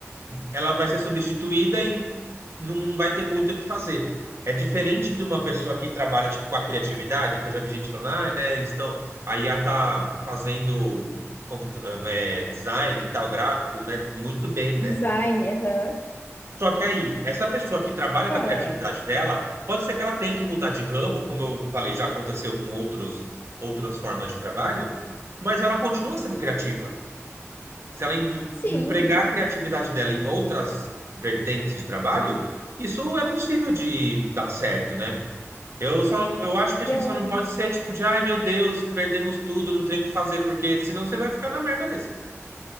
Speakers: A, on the right; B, on the left.
A: ela vai ser substituída e não vai ter muito o que fazer. É diferente de uma pessoa que trabalha tipo, com a criatividade, que eu já vi gente falando, ah, né, eles estão. A IA tá fazendo computa- eh, design e tal, gráfico, né? Muito bem, né?
B: design, aham.
A: Só que aí, essa pessoa que trabalha com
B: É,
A: a criatividade dela, pode ser que ela tenha que mudar de ramo, como eu falei, já aconteceu com outros, outras formas de trabalho, mas ela continua sendo criativa. Se ela em-
B: sim.
A: empregar a criatividade dela em outras vertentes de trabalho, isso é possível de dar certo, né? Eu só, eu acho que
B: E
A: a gente
B: eu,
A: só não pode ser tipo de, ai meu Deus, perdemos tudo, não tem o que fazer, porque senão você vai ficar na merda mesmo.